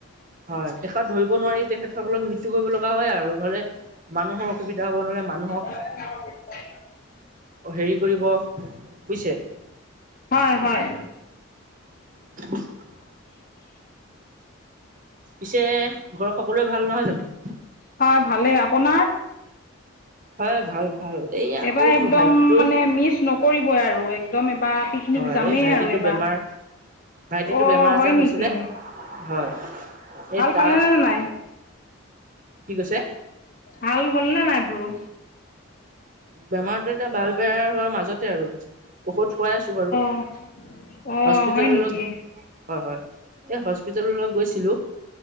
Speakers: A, on the right; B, on the left.
A: হয় শেষত ধৰিব নোৱাৰি তেখেতসকলক মৃত্যু কৰিব লগা হয় আৰু নহ'লে মানুহৰ অসুবিধা হ'ব নহ'লে মানুহক
B: <unintelligible>
A: হেৰি কৰিব বুজিছে?
B: হয় হয়।
A: <inaudible> পিছে ঘৰৰ সকলোৱে ভাল নহয় জানো?
B: হয় ভালেই। আপোনাৰ?
A: হয় ভাল ভাল। এই আকৌ
B: এইবাৰ একদম
A: মোৰ ভাইটিটোৰ
B: মানে মিছ নকৰিবই আৰু একদম এবাৰ পিকনিক
A: হয়
B: যামেই
A: এই ভাইটিটো
B: আৰু এবাৰ
A: বেমাৰ ভাইটিতো
B: অ'
A: বেমাৰ-আজাৰ
B: হয়
A: হৈছিলে
B: নেকি
A: হয়।
B: ভাল
A: এই তাক
B: পালেনে নাই
A: কি কৈছে?
B: ভাল হ'লনে নাই বোৰো?
A: বেমাৰতো এতিয়া ভাল বেয়া হোৱাৰ মাজতে আৰু ঔষধ খোৱাই আছো বাৰু।
B: অহ। অ
A: হস্পিতাললৈ
B: হয় নেকি?
A: হয় হয় এই হস্পিতাললৈ গৈছিলো।